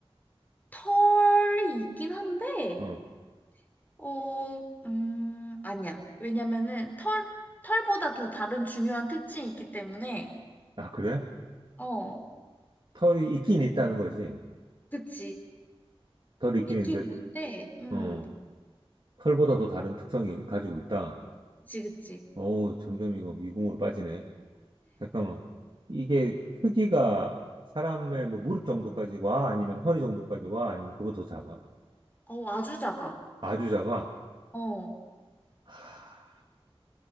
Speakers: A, on the left; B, on the right.
A: 털이 있긴 한데,
B: 어.
A: 어, 음, 아니야. 왜냐면은 털, 털보다 더 다른 중요한 특징이 있기 때문에,
B: 아, 그래?
A: 어,
B: 털이 있긴 있다는 거지.
A: 그치.
B: 털이 있긴
A: 있긴
B: 있는데,
A: 있는데, 음,
B: 어. 털보다도 다른 특성이 가지고 있다.
A: 그치, 그치.
B: 어우, 점점 이거 미궁으로 빠지네. 잠깐만. 이게 크기가 사람의 뭐 무릎 정도까지 와? 아니면 허리 정도까지 와? 아니면 그거 더 작아?
A: 어, 아주 작아.
B: 아주 작아?
A: 어.
B: 하,